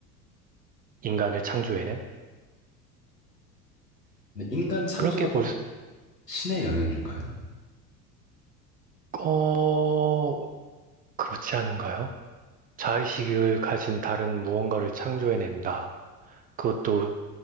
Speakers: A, on the right; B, on the left.
A: 인간을 창조해낸?
B: 근데 인간 창조가
A: 그렇게 볼
B: 꼭
A: 수,
B: 신의 영역일까요?
A: 어, 그렇지 않은가요? 자의식을 가진 다른 무언가를 창조해낸다. 그것도